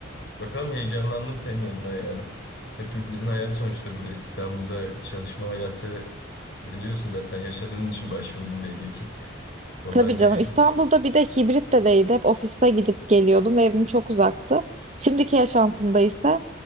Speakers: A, on the left; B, on the right.
A: Bakalım heyecanlandım senin adına yani. Hepimizin hayali sonuçta burada İstanbul'da çalışma hayatı biliyorsun zaten yaşadığın için başvurdun belli ki. Kolay
B: Tabii canım.
A: değil
B: İstanbul'da
A: hayat.
B: bir de hibrit de değildi. Hep ofiste gidip geliyordum ve evim çok uzaktı. Şimdiki yaşantımda ise